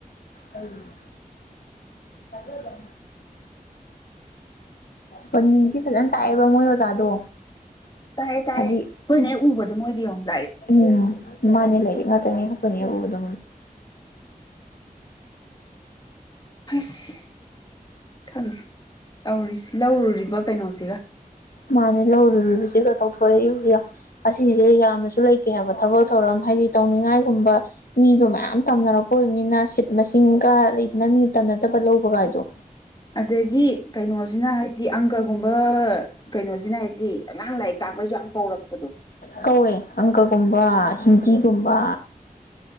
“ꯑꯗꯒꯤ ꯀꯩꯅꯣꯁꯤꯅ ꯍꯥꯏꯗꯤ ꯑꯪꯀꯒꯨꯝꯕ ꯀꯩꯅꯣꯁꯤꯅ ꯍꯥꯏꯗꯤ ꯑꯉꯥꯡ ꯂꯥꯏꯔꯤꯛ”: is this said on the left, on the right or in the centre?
Left